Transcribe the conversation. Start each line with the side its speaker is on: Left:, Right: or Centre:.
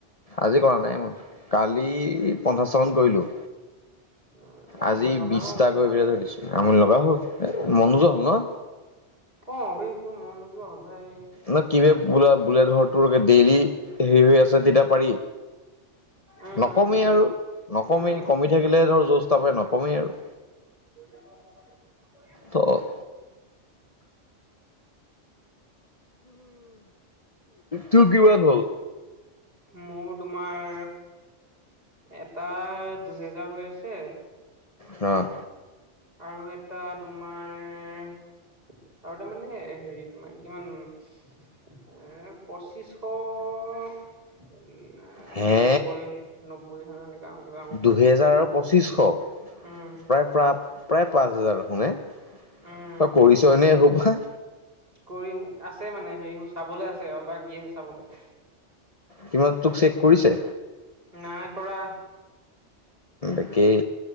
Left: আজি কৰা নাই মই কালি পঞ্চাশটামান কৰিলোঁ।
Right: উম এ
Left: আজি
Right: আমনি লগা
Left: বিশটা
Right: হ'ল কিবা
Left: কৰি পেলাই থৈ দিছো, আমনি লগা হল এ মন
Right: উম
Left: নজোৱা হল ন?
Right: অ বে কিবা মন নোজোৱা হ'ল ভাই।
Left: ন কিবা বো বুলে টোৰ ডেইলি হেৰি হৈ আছে তেতিয়া পাৰি।
Right: উম
Left: নকমেই
Right: উম উম
Left: আৰু নকমেই
Right: উম
Left: কমি থাকিলে ধৰ যোচ তপে নকমেই আৰু।
Right: <unintelligible>
Left: অ অ' তোৰ কিমান হ'ল?
Right: মোৰ তোমাৰ, এটা দুহেজাৰ হৈ আছে-
Left: অঁ'
Right: আৰু এটা তোমাৰ- আৰু তাৰমানে হেৰি তোমাৰ, কিমান- এঁ পঁচিছশ নে- এঁ
Left: হে
Right: এনেকা নব্বৈ নব্বৈ হয় এনেকা আৰু কিবা-
Left: দুহেজাৰৰ পঁচিছশ-
Right: উম
Left: প্ৰায় প্ৰা প্ৰায় পাঁচ হাজাৰ দেখোন এ,
Right: উম
Left: তই কৰিছই নে এসোপা?
Right: কৰিম, আছে মানে হেৰি চাবলে আছে আৰু বাকী আছে চাবলে।
Left: কিমান তোক চেক কৰিছে?
Right: নাই কৰা।
Left: একেই।